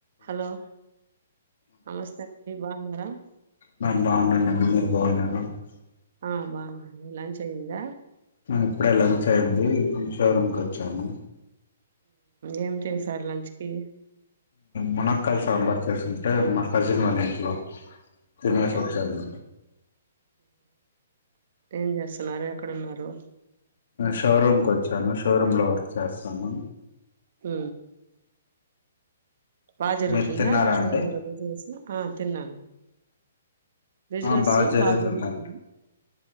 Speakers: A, on the right; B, on the left.
A: హలో నమస్తే <unintelligible> <unintelligible>
B: నేను బాగున్నాను అండి <unintelligible>
A: ఆ బాగున్నాను అండి లంచ అయ్యిందా
B: ఇప్పుడే లంచ అయింది కొ షోరూముకి వచ్చాను
A: ఏం చేసారు లంచ్ కి
B: మునక్కయ సాంబార్ చేసుంటే మా కజిన్ వాళ్ళ ఇంట్లో తినేసి
A: ఓకే
B: వచ్చాను
A: ఏం చేస్తున్నారు ఎక్కడున్నారు
B: షోరూమ్కి వచ్చాను షోరూమ్ లో వర్క్ చేస్తాను
A: హ బాగా జరుగుతుందా
B: మీరు తిన్నారా
A: అక్కడ షోరూమ్
B: అండి
A: లో బిజినెస్ ఆ తిన్నాను బిజినెస్
B: ఆ జరుగుతుందండి
A: బాగా జరుగుతుంది